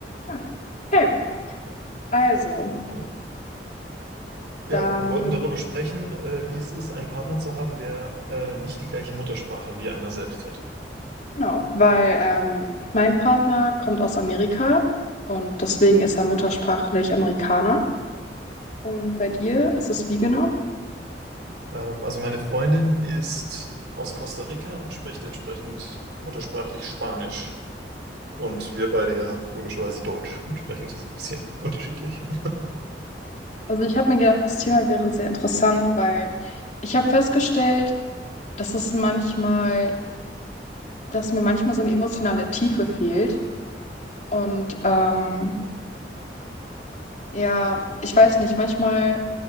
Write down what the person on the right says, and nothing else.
Oh.
Ja, wir wollten darüber sprechen, äh, wie es ist, einen Partner zu haben, der äh, nicht die gleiche Muttersprache wie einer selbst hat.
Ähm, also meine Freundin ist aus Costa Rica und spricht entsprechend muttersprachlich Spanisch. Und wir beide ja logischerweise Deutsch. Entsprechend ist es ein bisschen unterschiedlich. <laughs>